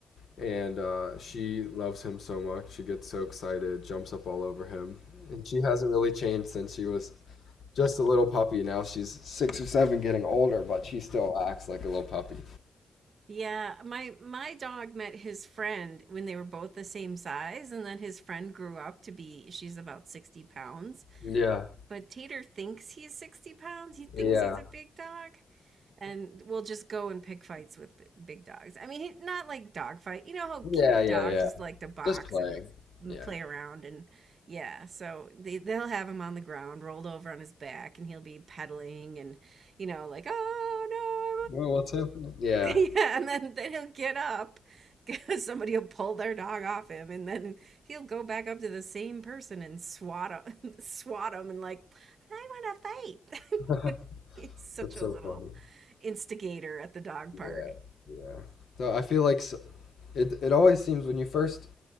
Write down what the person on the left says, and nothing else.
and uh, she loves him so much. She gets so excited, jumps up all over him, and she hasn't really changed since she was just a little puppy. Now she's six or seven, getting older, but she still acts like a little puppy.
Yeah,
yeah,
yeah,
yeah,
yeah.
Just playing.
Yeah.
Bro, what's happening? Yeah,
<laughs>
that's
so
funny.
Yeah, yeah. So I feel like s- it. It always seems when you first,